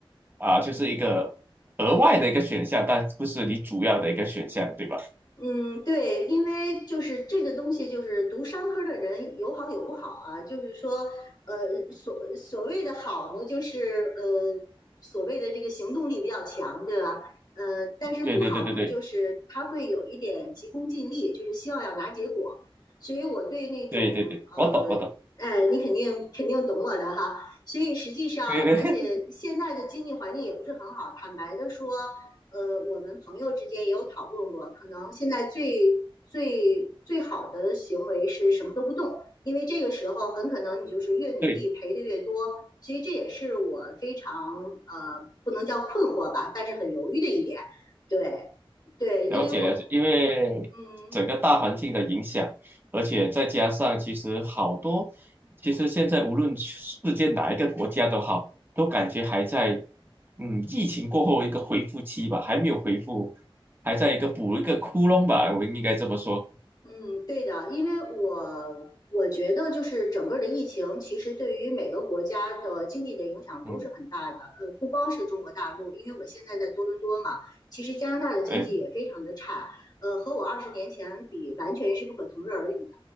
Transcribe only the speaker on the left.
嗯，对，因为就是这个东西，就是读商科的人有好有不好啊。就是说，呃，所所谓的好呢，就是呃，所谓的这个行动力比较强，对吧？呃，但是不好呢，
就是他会有一点急功近利，就是希望要拿结果。所以我对那种呃，
哎，你肯定肯定懂我的哈。所以实际上，
而且现在的经济环境也不是很好，
坦白的说。呃，我们朋友之间也有讨论过，可能现在最最最好的行为是什么都不动，因为这个时候很可能你就是越努力赔的越多，
所以这也是我非常呃不能叫困惑吧，但是很犹豫的一点。对对，
因为我
嗯，
嗯，对的，因为我我觉得就是整个的疫情，其实对于每个国家的经济的影响都是很大的。
呃，不光是中国大陆，因为我现在在多伦多嘛，其实加拿大的经济也非常的差。
呃，和我二十年前比，完全是不可同日而语的。